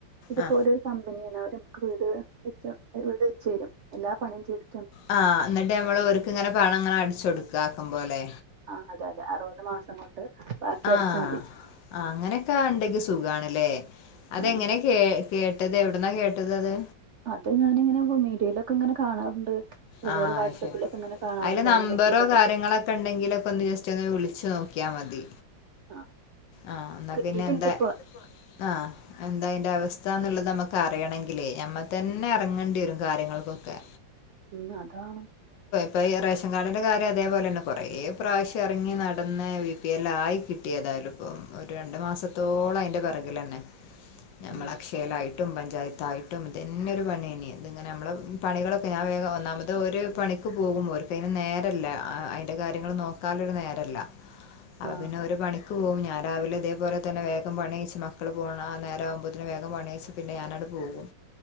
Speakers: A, on the right; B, on the left.
A: ഇതിപ്പോ
B: ആ
A: ഒരു കമ്പനിയാണ് അവര് വീട് വെച്ച് വീട് വെച്ച് തരും എല്ലാ പണിയും ചെയ്തു
B: ആ എന്നിട്ട് നമ്മള് ഓർക്ക് ഇങ്ങനെ പണം ഇങ്ങനെ അടിച്ച് കൊടുക്കുക ആക്കം പോലെ
A: ആ അതെ അതെ അറുപത് മാസം കൊണ്ട് ബാക്കി
B: ആ
A: അടച്ചാൽ മതി
B: ആ അങ്ങനെയൊക്കെ ഉണ്ടങ്കിൽ സുഖം ആണല്ലേ അതെങ്ങനെയാ
A: ആ
B: കേ കേട്ടത് എവിടന്നാ കേട്ടത് അത്
A: അത് ഞാനിങ്ങനെ മീഡിയയിലൊക്കെ ഇങ്ങനെ കാണാറുണ്ട് അതുപോലെ
B: ആ അത്
A: വാട്സആപ്പിലൊക്കെ
B: ശെരി
A: ഇങ്ങനെ കാണാറുണ്ട്
B: അതില് നമ്പറോ
A: അതിനെ പറ്റിട്ടൊക്കെ
B: കാര്യങ്ങളോക്കെ ഉണ്ടെങ്കിലൊക്കെ ഒന്ന് ജസ്റ്റ് ഒന്ന് വിളി ച്ച് നോക്കിയാൽ മതി
A: ആ
B: ആ എന്നാ
A: കിട്ടിയിട്ടുണ്ട്
B: പിന്നെ എന്താ
A: ഇപ്പൊ
B: ആ എ ന്താ അവസ്ഥാന്നുള്ളത് നമുക്ക് അറിയണെങ്കിലേ ഞമ്മൾ തന്നെ ഇറങ്ങേണ്ടി വരും കാര്യങ്ങൾക്കൊക്കെ
A: ഉം അതാണ്
B: ഇപ്പോ ഈ ഈ റേഷൻ കാർഡിൻ്റെ കാര്യം അതേപോലെ തന്നെ കുറേ പ്രാവശ്യം ഇറങ്ങി നടന്ന് ബി പി എൽ ആയി കിട്ടിയത് യാലും ഇപ്പം ഒരു രണ്ടു മാസത്തോളം അതിന്റെ പിറകിൽ തന്നെ ഞമ്മൾ
A: ആ
B: അക്ഷയലായി ട്ടും പഞ്ചായത്തായിട്ടും ഇതന്നെ ഒരു പണി തന്നെയാ ഇതിങ്ങനെ നമ്മള് പണികളൊക്കെ ഞാൻ വേഗം ഒന്നാമ അത് ഒരു പണിക്ക് പോകുമ്പോൾ ഓർക്ക് അതിന് നേരല്ല അതിൻ്റെ കാര്യങ്ങൾ നോക്കല്ലോരു നേരല്ല അപ്പൊ
A: ആ
B: പിന്നെ ഒരു പണിക്ക് പോകും ഞ ഞാൻ രാവിലെ ഇതേപോലെ തന്നെേ വേഗം പണിയിച്ചച്ച് മക്കള് പോണ ആ നേര ആവുമ്പോത്ത്ന് വേഗം പണിയിച്പ്പി ച്ച് പിന്നെ ഞാന അവിടെ പോകും